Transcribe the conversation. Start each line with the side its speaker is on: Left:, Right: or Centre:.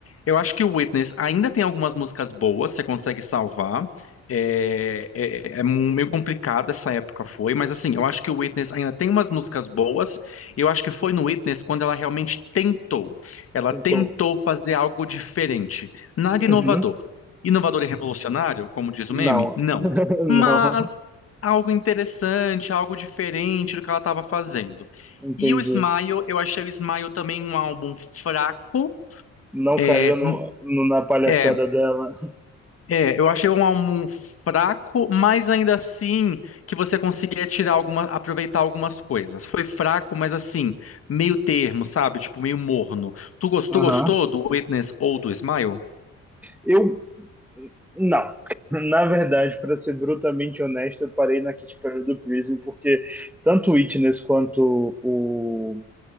Left: Eu acho que o Witness ainda tem algumas músicas boas, você consegue salvar. É, é- é meio complicado essa época foi, mas assim, eu acho que o Witness ainda tem umas músicas boas. e Eu acho que foi no Witness quando ela realmente tentou. Ela
Centre: tentou.
Left: tentou fazer algo diferente. Nada
Centre: Uhum.
Left: inovador. Inovador e revolucionário, como diz
Centre: Não.
Left: o meme? Não
Centre: <laughs> Não.
Left: mas algo interessante, algo diferente do que ela estava fazendo.
Centre: Entendi.
Left: E o Smile, eu achei o Smile também um álbum fraco.
Centre: Não
Left: É,
Centre: caiu no, no- na palhaçada
Left: é,
Centre: dela.
Left: é, eu achei um álbum fraco, mas ainda assim que você conseguia tirar alguma, aproveitar algumas coisas. Foi fraco, mas assim, meio termo, sabe? Tipo, meio morno. Tu gostou,
Centre: Aham.
Left: gostou do Witness ou do Smile?
Centre: Eu. Não. Na verdade, para ser brutalmente honesto, eu parei na Kit Perry do Prism, porque tanto o Witness quanto o